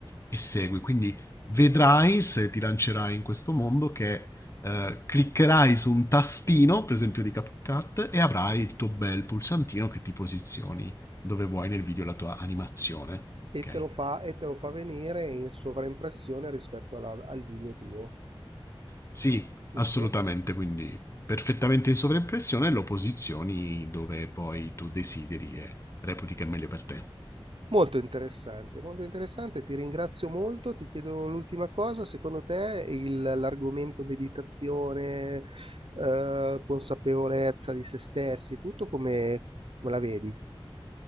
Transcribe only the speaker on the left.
e segui. Quindi vedrai se ti lancerai in questo mondo che eh, cliccherai su un tastino, per esempio di CapCut, e avrai il tuo bel pulsantino che ti posizioni dove vuoi nel video la tua animazione. Ok?
Sì,
assolutamente, quindi perfettamente in sovraimpressione lo posizioni dove poi tu desideri e reputi che è meglio per te.